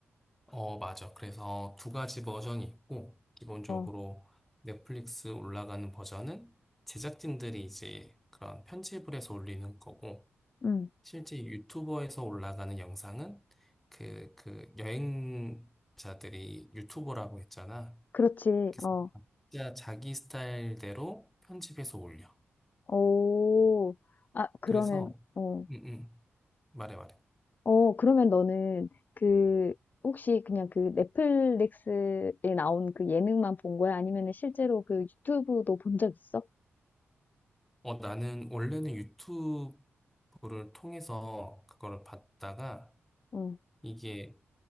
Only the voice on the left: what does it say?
어,
음,
그렇지,
어,
오, 아, 그러면,
어,
어, 그러면 너는 그, 혹시 그냥 그 넷플릭스에 나온 그 예능만 본 거야? 아니면은 실제로 그 유튜브도 본 적 있어?
어,